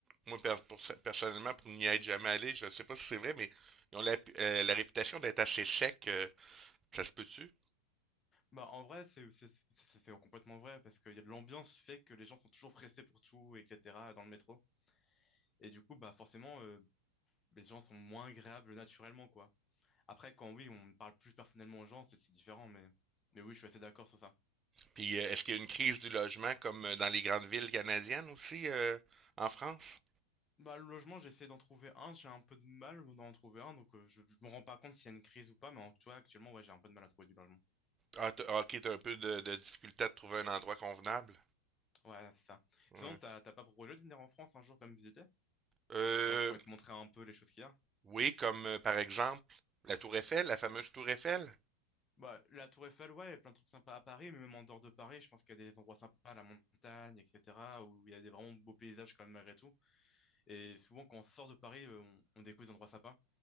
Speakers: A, on the right; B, on the left.
A: moi, per- pour, ça- personnellement, pour n'y être jamais allé, je ne sais pas si c'est vrai, mais ils ont la, euh, la réputation d'être assez secs. euh, ça se peut-tu?
B: Bah, en vrai, c'est c'est- c'est- c'est complètement vrai, parce que y a de l'ambiance fait que les gens sont toujours pressés pour tout, etc., dans le métro. Et du coup, bah, forcément, euh, les gens sont moins agréables naturellement, quoi. Après, quand oui, on parle plus personnellement aux gens, c'est c'est différent, mais, mais oui, je suis assez d'accord sur ça.
A: Puis, euh, est-ce qu'il y a une crise du logement comme euh, dans les grandes villes canadiennes aussi, euh, en France?
B: Bah, le logement, j'essaie d'en trouver un, j'ai un peu de mal d'en trouver un, donc euh, je je me rends pas compte s'il y a une crise ou pas, mais en tout cas, actuellement, ouais, j'ai un peu de mal à trouver du logement.
A: Ah, t- ah, ok, t'as un peu de, de difficulté à te trouver un endroit convenable.
B: Ouais, c'est ça.
A: Ouais.
B: Sinon, t'as t'as pas pour projet de venir en France un jour comme visiter?
A: Euh,
B: Quand je pourrais te montrer un peu les choses qu'il y a.
A: oui, comme euh, par exemple la Tour Eiffel, la fameuse Tour Eiffel.
B: Bah, la Tour Eiffel, ouais, il y a plein de trucs sympas à Paris, mais même en dehors de Paris, je pense qu'il y a des endroits sympas, la montagne, etc., où il y a des vraiment beaux paysages quand même malgré tout. Et souvent, quand on sort de Paris, euh, on, on découvre des endroits sympas.